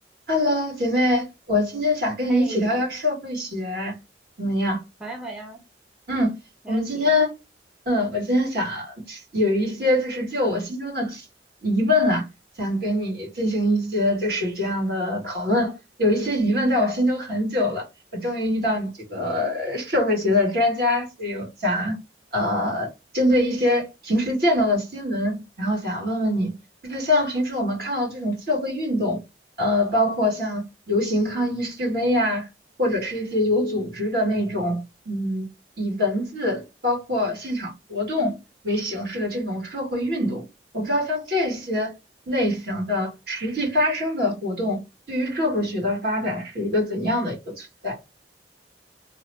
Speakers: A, on the right; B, in the centre.
A: Hello，姐妹，我今天想跟你一起聊聊社会学，
B: 嘿，
A: 怎么样？
B: 好呀，好呀，
A: 嗯，
B: 没问题。
A: 我们今天，嗯，我今天想有一些就是就我心中的提疑问啊，想跟你进行一些就是这样的讨论。有一些疑问在我心中很久了，我终于遇到你这个社会学的专家，所以我想呃，针对一些平时见到的新闻，然后想问问你，就是像平时我们看到这种社会运动，呃，包括像游行抗议示威啊，或者是一些有组织的那种，嗯。以文字包括现场活动为形式的这种社会运动。我不知道像这些类型的实际发生的活动，对于社会学的发展是一个怎样的一个存在？